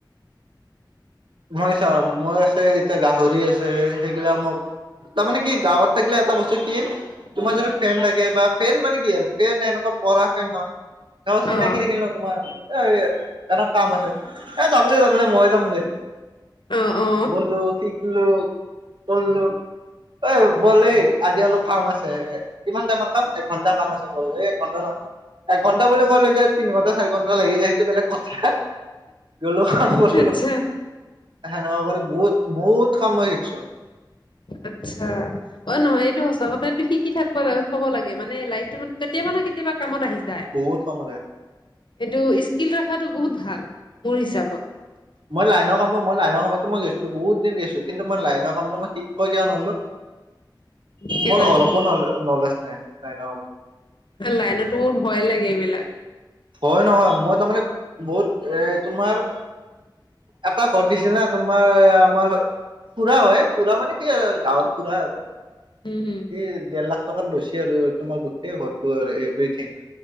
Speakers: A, on the right; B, on the left.
A: মই চাও মই আছে এতিয়া গাহৰি আছে সেইগিলা মোক তাৰমানে কি গাঁৱত থাকিলে এটা বস্তু কি তোমাৰ
B: উম,
A: যিটো ফেন থাকে বা ফেন মানে কি আৰু ফেন এনেকোৱা পঢ়া ফেন নহয় গাওঁত চিনাকি
B: অ
A: থাকিল ন তোমাৰ এৰ এটা কাম আছে এ যাম দে যাম দে মই যাম দে।
B: অ অ
A: বন্ধু টিকলু বল্লু ঐ বল এই আজি অলপ কাম আছে্ কিমান টাইমৰ কাম এঘণ্টা কাম আছে ব'ল এ একঘণ্টাও নহয়। এঘণ্টা বুলি কলে যে তিনি ঘণ্টা চাৰি ঘণ্টা লাগি যায় সেইটো বেলেগ কথা গ'লো আ বল
B: আচ্ছা
A: সেনেকোৱা কৰি বহুত বহুত কাম মই শিকিছো।
B: আচ্ছা অ নহয় এইটো সঁচা কথা এইটো শিকি থাকব থ'ব লাগে মানে লাইফ টাইমত কেতিয়াবা ন কে তিয়াবা কামত আহি যায়।
A: বহুত কামত আহে
B: এইটো স্কিল ৰখাতো বহুত ভাল মোৰ হিচাপত।
A: মই লাইনৰ কামত মই লাইনৰ কামটো মই গৈছিলো বহুত দিন গৈছো কিন্তু মই লাইনৰ কামটো মই শি মই কিয় নললো
B: কি
A: মোৰ
B: কয়,
A: অলপো ন নলেজ নাই নাই ন।
B: এ লাইনতো মোৰ ভয় লাগে এইবিলাক।
A: হয় নহয় মই তাৰমানে বহুত এ তোমাৰ এটা ঘৰত দিছে না তোমাৰ আমাৰ খুৰা হয় খুৰা মানে কি আৰু গাঁৱৰ খুৰা আৰু
B: উম হুম
A: সেই ডেৰ লাখ টকাত লৈছে আৰু তোমাৰ গোটেই ঘৰটো আৰু এভ্ৰথিং